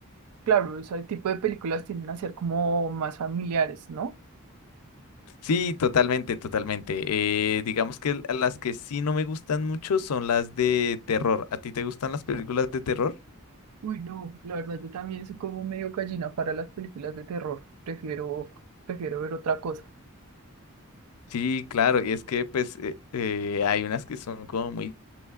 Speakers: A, on the right; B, on the left.
A: Claro, ese tipo de películas tienden a ser como más familiares, ¿no?
B: Sí, totalmente, totalmente. Eh, digamos que l- las que sí no me gustan mucho son las de terror. ¿A ti te gustan las películas de terror?
A: Uy, no, la verdad yo también soy como medio gallina para las películas de terror, prefiero, prefiero ver otra cosa.
B: Sí, claro, y es que pues eh, eh, hay unas que son como muy